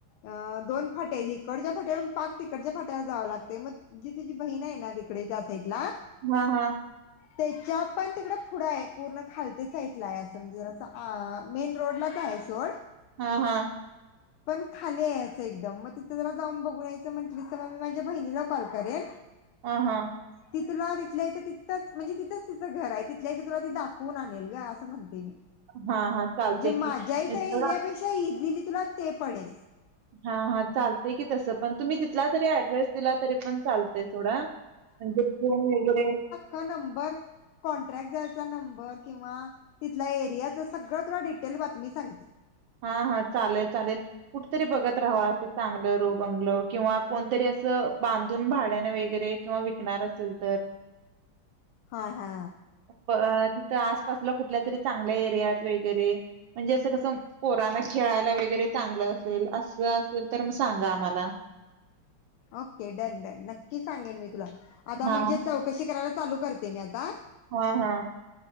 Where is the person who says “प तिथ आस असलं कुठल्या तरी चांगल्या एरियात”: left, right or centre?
Right